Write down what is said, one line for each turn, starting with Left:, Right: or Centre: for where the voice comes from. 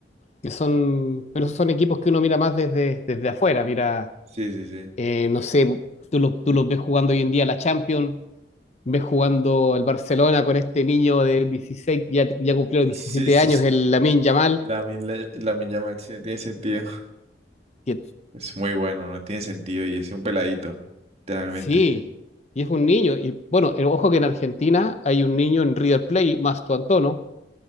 Left: que son, pero son equipos que uno mira más desde, desde afuera, mira,
Right: Sí, sí, sí.
Left: eh, no sé, tú, lo tú los ves jugando hoy en día la Champions, ves jugando el Barcelona con este niño de dieciséis ya, ya cumplió diecisiete
Right: Sí, sí.
Left: años,
Right: sí.
Left: el Lamine Yamal
Right: Lamine la Lamine Yamal sí, no tiene sentido.
Left: que
Right: Es muy bueno, no tiene sentido y es un peladito, literalmente.
Left: Sí, y es un niño. Y bueno, eh, ojo que en Argentina hay un niño en River Plate, Masto Antono,